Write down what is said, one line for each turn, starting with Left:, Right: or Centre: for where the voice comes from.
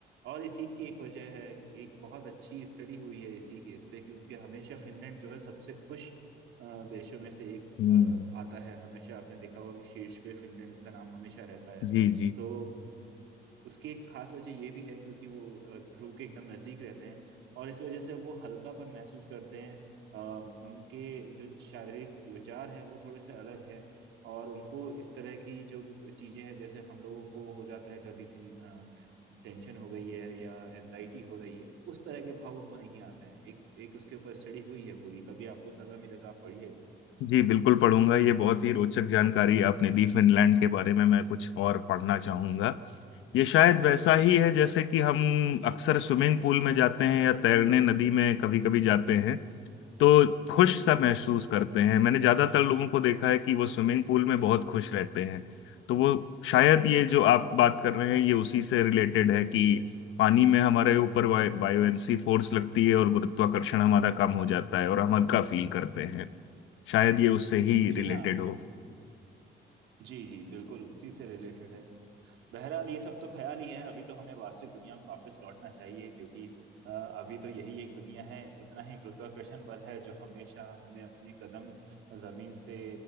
Right: और इसी की एक वजह है कि एक बहुत अच्छी स्टडी हुई है इसी केस पे क्योंकि हमेशा फिनलैंड जो है सबसे खुश अ, देशों में से एक
Left: हम्म,
Right: अ, आता है हमेशा आपने देखा होगा कि शीर्ष पे फिनलैंड का नाम हमेशा रहता है
Left: जी जी
Right: तो उसकी एक खास वजह ये भी है क्योंकि वो अ, ध्रुव के एकदम नजदीक रहते हैं और इस वजह से वो हल्कापन महसूस करते हैं अ, उनके जो शारीरिक विचार हैं वो थोड़े से अलग हैं और उनको इस तरह की जो चीजें हैं जैसे हम लोगों को हो जाता है कभी कि अ, टेंशन हो गई है या एनजाइटी हो रही है उस तरह के भाव उनको नहीं आते हैं एक एक उसके ऊपर स्टडी हुई है पूरी कभी आपको समय मिले तो आप पढ़िएगा
Left: जी बिल्कुल पढ़ूंगा ये बहुत ही रोचक जानकारी आपने दी फिनलैंड के बारे में मैं कुछ और पढ़ना चाहूंगा ये शायद वैसा ही है जैसे कि हम अक्सर स्विमिंग पूल में जाते हैं या तैरने नदी में कभी कभी जाते हैं तो खुश सा महसूस करते हैं मैंने ज्यादातर लोगों को देखा है कि वो स्विमिंग पूल में बहुत खुश रहते हैं तो वो शायद ये जो आप बात कर रहे हैं ये उसी से रिलेटेड है कि पानी में हमारे ऊपर बायोएंसी फोर्स लगती है और गुरुत्वाकर्षण हमारा कम हो जाता है और हम हल्का फील करते हैं शायद ये उससे ही
Right: जी
Left: रिलेटेड
Right: हाँ
Left: हो
Right: जी जी बिल्कुल उसी से रिलेटेड है बहरहाल ये सब तो ख्याल ही है अभी तो हमें वास्तविक दुनिया में वापस लौटना चाहिए क्योंकि अ, अभी तो यही एक दुनिया है उतना ही गुरुत्वाकर्षण बल है जो हमेशा हमें अपने कदम जमीन से